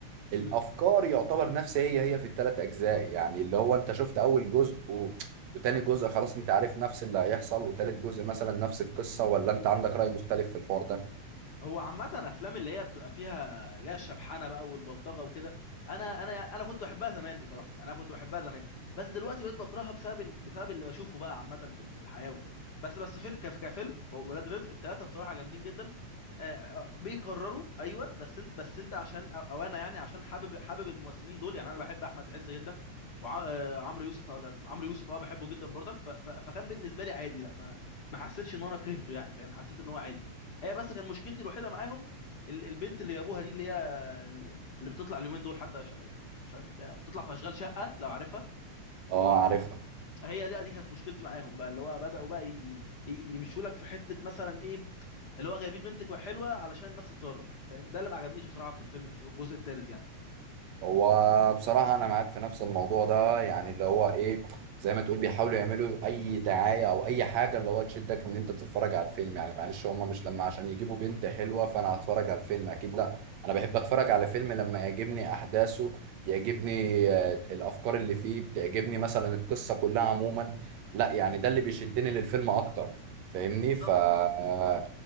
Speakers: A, on the right; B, on the left.
A: الافكار
B: مم.
A: يعتبر نفس هي هي في الثلاث اجزاء يعني اللي هو انت شفت اول جزء و... وتاني جزء خلاص انت عارف نفس اللي هيحصل وتالت جزء مثلا نفس القصة ولا انت عندك رأي مختلف في الحوار ده
B: هو عامة أفلام اللي هي بتبقى فيها اللي هي الشبحانة بقى والبلطجة وكده أنا أنا أنا كنت بحبها زمان بصراحة يعني أنا كنت بحبها زمان بس دلوقتي بقيت بكرهها بسبب بسبب اللي بشوفه بقى عامة في في الحياة وكده بس بس فيلم كف- كفيلم هو ولاد رزق التلاتة بصراحة جامدين جدا آه، آه، بيكرروا أيوه بس أنت بس أنت عشان أو أو أنا يعني عشان حابب حابب الممثلين دول يعني أنا بحب أحمد عز جدا وعمرو يوسف أو لا، عمرو يوسف أه بحبه جدا برضك ف- ف- فكان بالنسبة لي عادي لا ما ما حسيتش إن أنا كرهته يعني فاهم حسيت إن هو عادي هي بس كان مشكلتي الوحيده معاهم ال- البنت اللي جابوها دي اللي هي اللي بتطلع اليومين دول حتى ش... ش... بتطلع في اشغال شقه لو عارفها
A: اه عارفها
B: هي دي دي كانت مشكلتي معاهم بقى اللي هو بداوا بقى ي... ي- يمشوا لك في حته مثلا ايه اللي هو جايبين بنتك حلوه علشان الناس تتفرج فاهم ده اللي ما عجبنيش بصراحه في الفيلم في الجزء الثالث يعني
A: هو بصراحة أنا معاك في نفس الموضوع ده يعني اللي هو إيه زي ما تقول بيحاولوا يعملوا أي دعاية أو أي حاجة اللي هو تشدك إن أنت تتفرج على الفيلم يعني معلش هما مش لما عشان يجيبوا بنت حلوة فأنا هتفرج على الفيلم أكيد لأ أنا بحب أتفرج على فيلم لما يعجبني أحداثه يعجبني آه، الأفكار اللي فيه بتعجبني مثلا القصة كلها عموما لأ يعني ده اللي بيشدني للفيلم أكتر فاهمني
B: بالظبط
A: ف آه،
B: بالظبط